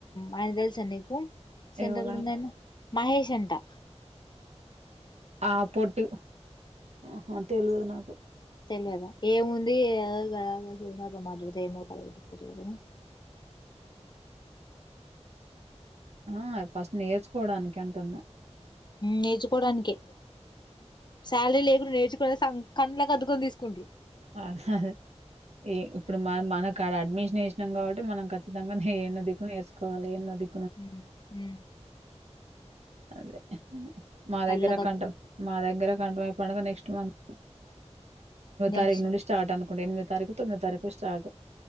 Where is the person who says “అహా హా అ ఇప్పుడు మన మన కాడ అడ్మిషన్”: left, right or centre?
Right